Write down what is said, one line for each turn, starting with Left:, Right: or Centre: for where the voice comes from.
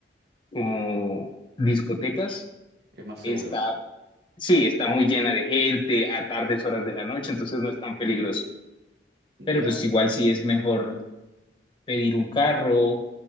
Left: como discotecas
Right: Es más seguro.
Left: está Sí, está muy llena de gente a tardes horas de la noche, entonces no es tan peligroso.
Right: Ya,
Left: Pero pues igual sí es mejor pedir un carro,